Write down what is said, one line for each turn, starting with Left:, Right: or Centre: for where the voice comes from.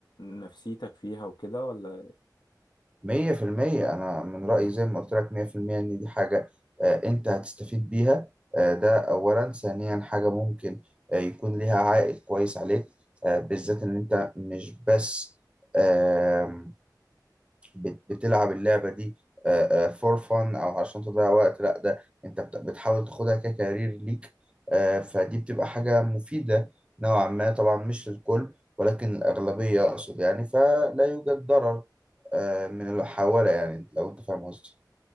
Left: نفسيتك فيها وكده ولا
Right: مية في المية أنا من رأيي زي ما قلت لك مية في المية إن دي حاجة آه، أنت هتستفيد بيها آه، ده أولا ثانيا حاجة ممكن آه، يكون ليها عائد كويس عليك آه، بالذات إن أنت مش بس آم، بت- بتلعب اللعبة دي فور فun أو عشان تضيع وقت لأ ده أنت بت- بتحاول تاخدها ككارير ليك آه، فدي بتبقى حاجة مفيدة نوعا ما طبعا مش للكل ولكن الأغلبية أقصد يعني فلا يوجد ضرر آه، من الحوالة يعني لو انت فاهم قصدي